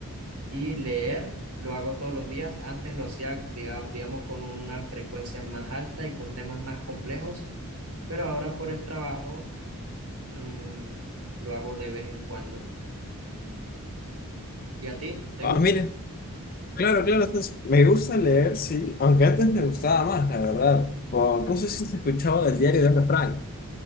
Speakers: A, on the right (about 85°); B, on the left (about 40°).
A: Y leer lo hago todos los días. Antes lo hacía, diga- digamos, con una frecuencia más alta y con temas más complejos, pero ahora por el trabajo, mm, lo hago de vez en cuando. ¿Y a ti? ¿Te
B: Ah,
A: gusta?
B: mira. Claro, claro, entonces, me gusta leer, sí, aunque antes me gustaba más, la verdad. O, no sé si se escuchaba del diario de Ana Frank.